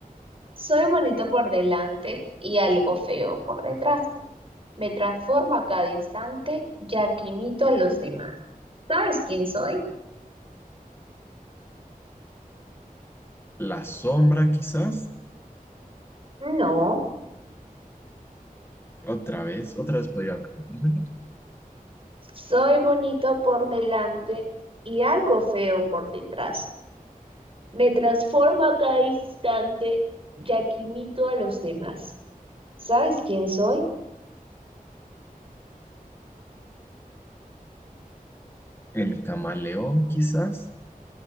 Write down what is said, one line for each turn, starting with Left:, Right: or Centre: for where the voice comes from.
Right: soy bonito por delante y algo feo por detrás. Me transformo a cada instante, ya que imito a los demás. ¿Sabes quién soy?
Left: la sombra quizás.
Right: No,
Left: Otra vez, otra vez podría repetirme.
Right: soy bonito por delante y algo feo por detrás. Me transformo a cada instante, ya que imito a los demás. ¿Sabes quién soy?
Left: El camaleón quizás